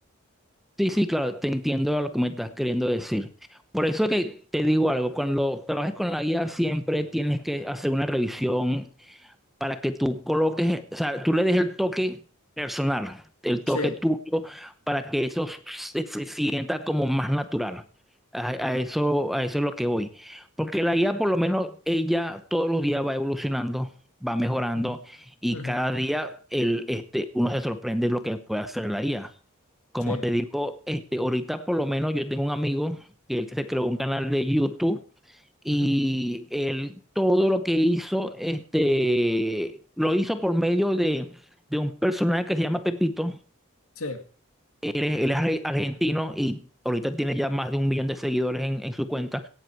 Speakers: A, in the centre; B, on the left.
A: Sí, sí, claro, te entiendo lo que me estás queriendo decir. Por eso que te digo algo, cuando trabajes con la IA siempre tienes que hacer una revisión para que tú coloques, o sea, tú le des el toque personal, el toque
B: Sí.
A: tuyo, para que eso se, se sienta como más natural. A, a eso, a eso es lo que voy. Porque la guía, por lo menos, ella todos los días va evolucionando, va mejorando
B: Ujú.
A: y
B: Ujú.
A: cada día el, este, uno se sorprende lo que puede hacer la guía. Como
B: Sí.
A: te digo, este, ahorita por lo menos yo tengo un amigo que él se creó un canal de YouTube y
B: Ujú.
A: él todo lo que hizo, este, lo hizo por medio de, de un personaje que se llama Pepito.
B: Sí.
A: Él es, él es argentino y ahorita tiene ya más de un millón de seguidores en en su cuenta